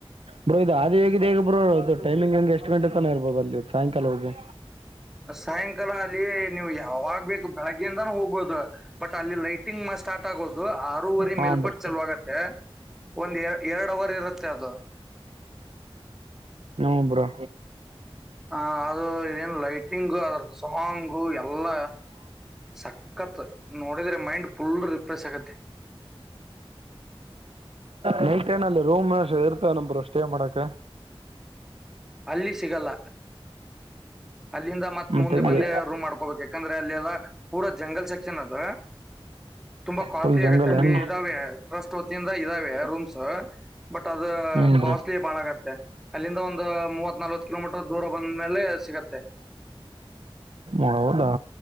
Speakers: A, on the right; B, in the centre.
A: ಬ್ರೋ ಇದು ಆದ ಹೇಗಿದೆ ಹೇಗೆ ಬ್ರೋ ಟಮಿಂಗ್ ಹಂಗೆ ಎಷ್ಟ ಗಂಟೆ ತನ ಇರ್ಬೋ ಅಲ್ಲಿ ಸಾಯಂಕ ಕಾಲ ಹೋಗಿ.
B: ಸಾಯಂಕಾಲ ಅಲ್ಲಿ ನೀವು ಯಾವಾಗ್ ಬೇಕು ಬೆಳಗ್ಯಿಂದಾನು ಹೋಗ್ಬೋದು ಬಟ್ ಅಲ್ಲಿ ಲೈಟ್ ಟಿಂಗ್ ಸ್ಟಾರ್ಟ್ ಆಗೋದು ಆರೂವರೆ
A: ಹಾ
B: ಮೇಲ್ಪಟ್ಟ
A: ಬ್ರೋ
B: ಚಲುವಾಗು ತೆ ಒಂದ್ ಎ ಎರಡು ಅವರ್ ಇರುತ್ತೆ ಅದು.
A: ಹುಂ ಬ್ರೊ.
B: ಆ ಅದು ಎನ್ ಲೈಟಿಂಗು ಅದ್ರ ಸಾಂಗು ಎಲ್ಲ. ಸಕತ್ ನೋಡಿದ್ರೆ ಮೈಂಡ್ ಫುಲ್ ರಿಫ್ರೆಶ್ ಆಗತ್ತೆ.
A: ನೈಟೇನ್ ಅಲ್ಲಿ ರೂಮ ಇರ್ತವೇನ ಬ್ರೊ ಷ್ಟೇ ಮಾಡಕ.
B: ಅಲ್ಲಿ ಸಿಗಲ್ಲ. ಅಲ್ಲಿಂದ ಮತ್
A: ಮತ್ತೆ
B: ಮುಂದೆ
A: ಹೆಂಗೆ
B: ಬಂದೇ ರೂಮ್ ಮಾಡ್ಕೋಬೇಕು ಯಾಕಂದ್ರೆ ಅಲ್ಲಿ ಎಲ್ಲ ಪೂರ ಜಂಗಲ್ ಸೆಕ್ಷನ್ ಅದ. ತುಂಬಾ ಕಾಸ್ಟ್ಲಿ
A: ಫುಲ್ ಜಂಗಲ್
B: ಆಗತ್ತೆ ಅಲ್ಲಿ
A: ಏನು
B: ಇದಾವೆ ಟ್ರಸ್ಟ್ ವತಿಯಿಂದ ಇದಾವೆ ರೂಮ್ಸ್. ಬಟ್ ಅದ
A: ಹ್ಞೂ
B: ಕಾಸ್ಟ್ಲಿ ಬಾಳಗತ್ತೆ. ಅಲ್ಲಿಂದ ಒಂದು ಮೂವತ್ ನಲ್ವತ್ ಕಿಲೋಮೀಟರ್ ದೂರ ಬಂದ್ಮೇಲೆ ಸಿಗತ್ತೆ.
A: ಹೌದಾ.